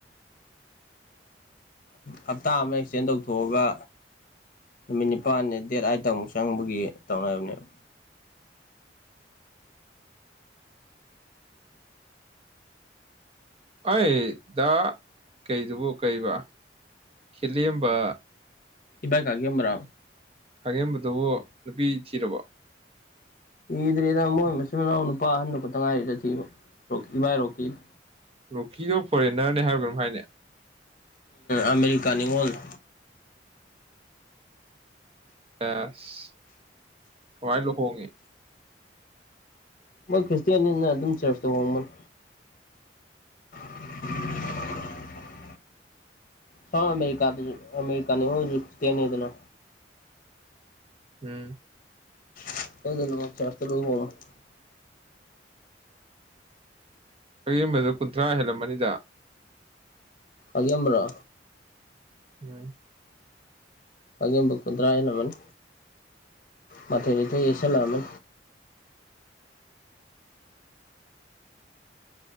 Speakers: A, on the left; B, on the right.
A: ꯍꯞꯇꯥ ꯑꯃ ꯑꯦꯛꯁꯇꯦꯟ ꯇꯧꯊꯣꯛꯑꯒ ꯅꯨꯃꯤꯠ ꯅꯤꯄꯥꯜꯅꯤ ꯗꯦꯠ ꯑꯠꯇ ꯑꯃꯨꯛ ꯆꯪꯕꯒꯤ ꯇꯧꯅꯕꯅꯦꯕ
B: ꯑꯩ ꯗ ꯀꯩꯗꯨꯕꯨ ꯀꯩꯕ ꯈꯤꯂꯦꯝꯕ
A: ꯏꯕ ꯀꯒꯦ ꯑꯃ꯭ꯔꯥ
B: ꯈꯥꯡꯉꯦꯝꯕꯗꯨꯕꯨ ꯅꯨꯄꯤ ꯊꯤꯔꯕ
A: ꯊꯤꯗ꯭ꯔꯔꯤꯗ ꯃꯣꯏ ꯃꯆꯤꯟ ꯃꯅꯥꯎ ꯅꯨꯄꯥ ꯑꯍꯟꯗ ꯈꯛꯇ ꯉꯥꯏꯔꯤꯗ ꯊꯤꯕ ꯏꯕꯥꯏ ꯔꯣꯛꯀꯤꯗ
B: ꯂꯣꯛꯀꯤꯗꯣ ꯐꯣꯔꯦꯟꯅꯔꯅꯦ ꯍꯥꯏꯕ ꯀꯝ ꯍꯥꯏꯅꯦ
A: ꯑꯝ ꯑꯃꯦꯔꯤꯀꯥ ꯅꯤꯉꫭꯜꯅꯤ
B: ꯑꯦꯁ ꯀꯃꯥꯏ ꯂꯨꯍꯣꯡꯒꯦ
A: ꯃꯣꯏ ꯈ꯭ꯔꯤꯁꯇꯤꯌꯥꯅꯤꯅ ꯑꯗꯨꯝ ꯆꯔꯆ ꯇꯧꯕꯣꯡ <unintelligible> ꯍꯥ ꯑꯔꯤꯀꯥꯗ ꯑꯦꯔꯤꯀꯥꯅꯤꯇꯅꯤꯗꯅ
B: ꯎꯝ
A: <unintelligible>
B: ꯑꯦꯝꯕꯗꯨ ꯀꯨꯟꯊ꯭ꯔꯥ ꯍꯦꯜꯂꯝꯃꯅꯤꯗ
A: ꯑꯒꯤꯔ
B: ꯎꯝ
A: ꯑꯒꯦꯝꯕꯨ ꯀꯨꯟꯗ꯭ꯔꯥ ꯏꯜꯂꯝꯟ ꯃꯥꯊꯣꯏꯅꯤꯊꯣꯏ ꯌꯦꯁꯜꯂꯛꯅꯤ